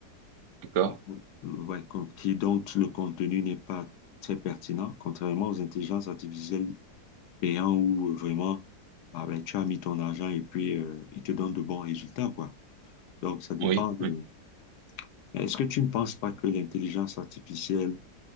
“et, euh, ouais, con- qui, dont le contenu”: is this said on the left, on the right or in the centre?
Left